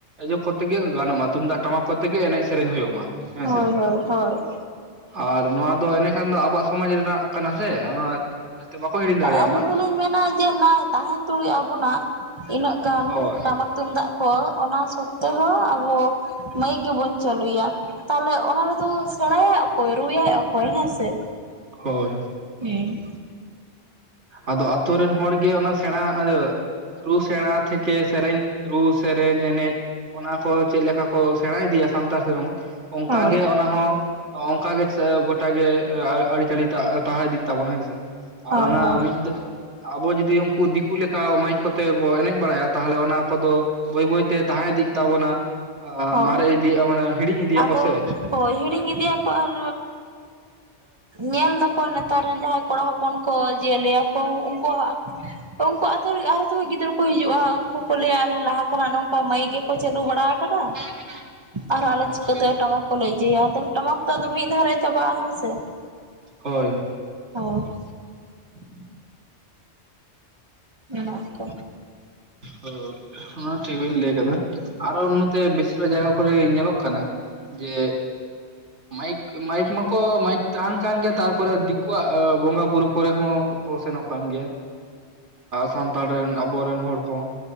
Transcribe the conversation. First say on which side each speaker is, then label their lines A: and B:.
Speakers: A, on the right; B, on the right.
A: ᱤᱭᱟᱹ ᱠᱚᱛᱮ ᱜᱮ ᱜᱟᱱᱚᱜ ᱢᱟ ᱛᱩᱢᱫᱟᱜ ᱴᱟᱢᱟᱠ ᱠᱚᱛᱮ ᱜᱮ ᱮᱱᱮᱡ ᱥᱮᱨᱮᱧ ᱦᱩᱭᱩᱜ ᱢᱟ᱾ ᱦᱮᱸᱥᱮ
B: ᱦᱳᱭ ᱦᱳᱭ ᱦᱳᱭ
A: ᱟᱨ ᱱᱚᱣᱟ ᱫᱚ ᱮᱱᱮᱠᱷᱟᱱ ᱫᱚ ᱟᱵᱚᱣᱟᱜ ᱥᱚᱢᱟᱡᱽ ᱨᱮᱱᱟᱜ ᱠᱟᱱᱟ ᱥᱮ ᱚᱱᱟ ᱡᱟᱛᱮ ᱵᱟᱠᱚ ᱦᱤᱲᱤᱧ ᱫᱟᱲᱮᱭᱟᱜ
B: ᱦᱮᱸ ᱟᱹᱞᱤᱧ
A: ᱢᱟ
B: ᱫᱚᱞᱤᱧ ᱢᱮᱱᱟ ᱡᱮ ᱱᱟᱭ ᱛᱟᱦᱮᱱ ᱛᱩᱞᱩᱡ ᱟᱵᱚᱱᱟᱜ ᱤᱱᱟᱹᱜ ᱜᱟᱱ
A: ᱦᱳᱭ
B: ᱴᱟᱢᱟᱠ ᱛᱩᱢᱫᱟᱜ ᱠᱚ ᱚᱱᱟ ᱥᱚᱛᱮᱦᱚ ᱟᱵᱚ ᱢᱟᱹᱭᱤᱠ ᱜᱮᱵᱚᱱ ᱪᱟᱹᱞᱩᱭᱟ ᱛᱟᱦᱚᱞᱮ ᱚᱱᱟ ᱨᱮᱫᱚ ᱥᱮᱬᱟᱭᱟ ᱚᱠᱚᱭ ᱨᱩᱭᱟᱭ ᱚᱠᱚᱭ? ᱦᱮᱸᱥᱮ
A: ᱦᱳᱭ ᱦᱳ
B: ᱤᱧ
A: ᱟᱫᱚ ᱟᱛᱳ ᱨᱮᱱ ᱦᱚᱲ ᱜᱮ ᱚᱱᱟ ᱥᱮᱬᱟ ᱤᱭᱟᱹ ᱨᱩ ᱥᱮᱬᱟ ᱛᱷᱮᱠᱮ ᱥᱮᱨᱮᱧ ᱨᱩ ᱥᱮᱨᱮᱧ ᱮᱱᱮᱡ ᱚᱱᱟ ᱠᱚ ᱪᱮᱫ ᱞᱮᱠᱟ ᱠᱚ ᱥᱮᱬᱟ ᱤᱫᱤᱭᱟ ᱥᱟᱱᱛᱟᱲ ᱥᱮᱲᱚᱢᱟᱪ ᱚᱱᱠᱟᱜᱮ
B: ᱦᱳᱭ
A: ᱚᱱᱟ ᱦᱚᱸ ᱚᱱᱠᱟᱜᱮ ᱜᱚᱴᱟᱜᱮ ᱟᱨ ᱟᱹᱨᱤᱪᱟᱹᱞᱤ ᱴᱟᱜ ᱛᱟᱦᱮᱸ ᱤᱫᱤᱜ ᱛᱟᱵᱚᱱᱟ ᱦᱮᱸᱥᱮ ᱟᱨ
B: ᱦᱳᱭ
A: ᱚᱱᱟ
B: ᱦᱳᱭ
A: ᱢᱤᱫ ᱫᱚ ᱟᱵᱚ ᱡᱩᱫᱤ ᱩᱱᱠᱩ ᱫᱤᱠᱩ ᱞᱮᱠᱟ ᱢᱟᱭᱤᱠ ᱠᱚᱛᱮ ᱵᱚᱱ ᱮᱱᱮᱡ ᱵᱟᱲᱟᱭᱟ, ᱛᱟᱦᱚᱞᱮ ᱚᱱᱟ ᱠᱚᱫᱚ ᱵᱟᱹᱭ ᱵᱟᱹᱭᱛᱮ ᱛᱟᱦᱮᱸ ᱤᱫᱤᱜ ᱛᱟᱵᱚᱱᱟ
B: ᱦᱳᱭ
A: ᱢᱟᱨᱮ ᱤᱫᱤᱜᱼᱟ, ᱦᱤᱲᱤᱧ ᱤᱫᱤᱭᱟᱠᱚ
B: ᱟᱫᱚ
A: ᱥᱮ?
B: ᱦᱳᱭ ᱦᱤᱲᱤᱧ ᱤᱫᱤᱭ ᱟᱨ ᱧᱮᱞ ᱮᱫᱟ ᱠᱚ ᱱᱮᱛᱟᱨ ᱨᱮᱱ ᱡᱟᱦᱟᱸᱭ ᱠᱚᱲᱟ ᱦᱚᱯᱚᱱ ᱠᱚ ᱡᱮ ᱞᱟᱹᱭ ᱟᱠᱚ ᱩᱱᱠᱩᱣᱟᱜ ᱩᱱᱠᱩ ᱟᱹᱛᱩ ᱨᱮ ᱟᱨᱦᱚᱸ ᱛᱚ ᱜᱤᱫᱽᱨᱟᱹ ᱠᱚ ᱦᱤᱡᱩᱜᱼᱟ᱾ ᱩᱱᱠᱩ ᱠᱚ ᱞᱟᱹᱭᱟ ᱟᱞᱮ ᱞᱟᱦᱟ ᱠᱷᱚᱱᱟᱜ ᱱᱚᱝᱠᱟ ᱢᱟᱭᱤᱠ ᱜᱮ ᱠᱚ ᱪᱟᱹᱞᱩ ᱵᱟᱲᱟ ᱟᱠᱟᱫᱟ᱾
A: <inaudible>
B: ᱟᱨ ᱟᱞᱮ
A: ᱦᱮᱸ
B: ᱪᱤᱠᱟᱹᱛᱮ ᱴᱟᱢᱟᱠ ᱠᱚᱞᱮ ᱤᱭᱟᱹᱭᱟ, ᱟᱫᱚ ᱴᱟᱢᱟᱠ ᱛᱚ ᱟᱫᱚ ᱢᱤᱫ ᱫᱷᱟᱣᱨᱮ ᱪᱟᱵᱟᱜᱼᱟ ᱦᱮᱸᱥᱮ?
A: ᱦᱳᱭ ᱦᱳᱭ᱾
B: ᱦᱳᱭ᱾
A: <inaudible>
B: ᱤᱱᱟ ᱚᱠᱛᱚ
A: ᱦᱳᱭ᱾ ᱚᱱᱟ ᱦᱚᱸ ᱴᱷᱤᱠ ᱵᱮᱱ ᱞᱟᱹᱭ ᱟᱠᱟᱫᱟ, ᱟᱨᱦᱚᱸ ᱱᱚᱛᱮ ᱵᱮᱥᱤᱨ ᱵᱷᱟᱜ ᱡᱟᱭᱜᱟ ᱠᱚᱨᱮ ᱧᱮᱞᱚᱜ ᱠᱟᱱᱟ ᱡᱮ ᱢᱟᱭᱤᱠ ᱢᱟᱭᱤᱠ ᱢᱟᱠᱚ ᱢᱟᱭᱤᱠ ᱛᱟᱦᱮᱱ ᱠᱟᱱ ᱜᱮᱭᱟ, ᱛᱟᱨᱯᱚᱨᱮ ᱫᱤᱠᱩᱣᱟᱜ ᱵᱚᱸᱜᱟ ᱵᱩᱨᱩ ᱠᱚᱨᱮ ᱦᱚᱸ ᱠᱚᱱ ᱥᱮᱱᱚᱜ ᱠᱟᱱ ᱜᱮᱭᱟ᱾ ᱥᱟᱱᱛᱟᱲ ᱨᱮᱱ ᱟᱵᱚ ᱨᱮᱱ ᱦᱚᱲ ᱠᱚᱦᱚᱸ